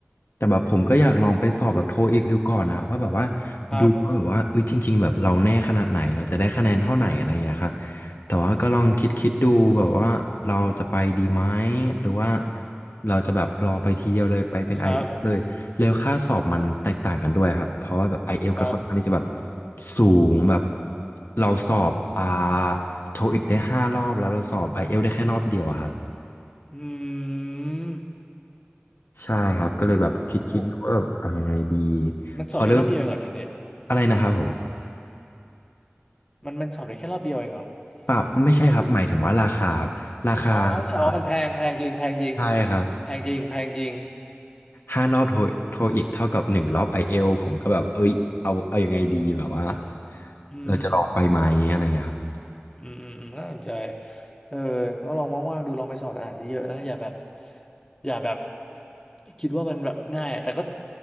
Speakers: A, on the left; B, on the left.
A: แต่แบบผมก็อยากลองไปสอบแบบโทอีกดูก่อนนะว่าแบบว่า
B: ครับ
A: ดูก็แบบว่าเอ้ยจริงๆแบบเราแน่ขนาดไหนเราจะได้คะแนนเท่าไหนอะไรอย่างเงี้ยครับแต่ว่าก็ลองคิดคิดดูแบบว่าเราจะไปดีไหมหรือว่าเราจะแบบรอไปทีเดียวเลยไปเป็น
B: ครับ
A: i อเอลเลยแล้วค่าสอบมันแตกต่างกันด้วยครับเพราะว่าแบบ i อเอลกับคอนข้างที่จะแบบ
B: ครับ
A: สูงแบบเราสอบอ่าโทอีกได้ห้ารอบแล้วเราสอบ i อเอลได้แค่รอบเดียวอะครับ
B: อืม
A: ใช่ครับก็เลยแบบคิดคิดดูว่าเอายังไงดี
B: โหมันสอบได้รอบเดียวเองเหรอเดี๋ยวนี้
A: พอเริ่มอะไรนะครับผม
B: มันมันสอบได้แค่รอบเดียวเองเหรอ
A: เปล่าไม่ใช่ครับหมายถึงว่าราคาครับ
B: เพิ่งรู้อ๋อใช่อ๋อมันแพงแพงจริงแพงจริง
A: อ่าใช่ครับ
B: แพงจริงแพงจริง
A: ห้ารอบโทรโทรอีกเท่ากับหนึ่งรอบไอเอลผมก็แบบเอ้ยเอาเอายังไงดีแบบว่า
B: อืม
A: เราจะลองไปไหมอะไรเงี้ยครับ
B: อืมอืมอืมน่าสนใจเออก็ลองว่างๆดูลองไปสอบอ่านเยอะๆนะอย่าแบบอย่าแบบคิดว่ามันแบบง่ายอะแต่ก็